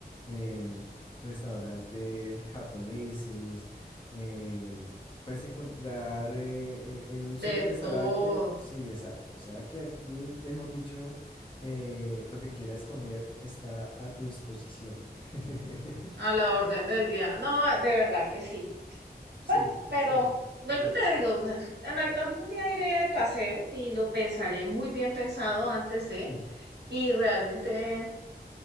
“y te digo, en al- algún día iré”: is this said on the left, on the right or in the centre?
Right